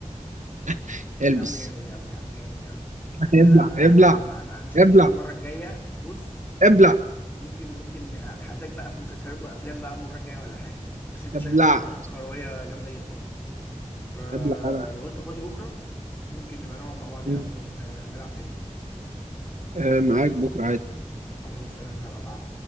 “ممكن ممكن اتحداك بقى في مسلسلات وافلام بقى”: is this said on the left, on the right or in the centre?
Left